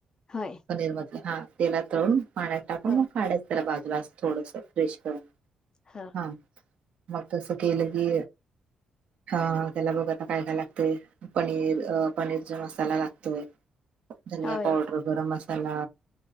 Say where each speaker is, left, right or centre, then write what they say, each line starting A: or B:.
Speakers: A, on the left (about 35°); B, on the right (about 65°).
A: होय
B: पनीर मध्ये हा तेला तळून पाण्यात टाकून
A: होय
B: मग काडायच. त्याला बाजूला थोडस फ्रेश करा
A: हा
B: हा मग तसं केलं की हा त्याला बघा आता काय काय लागते पनीर अ पनीरचा मसाला लागतोय धनिया
A: होय
B: पावडर गरम मसाला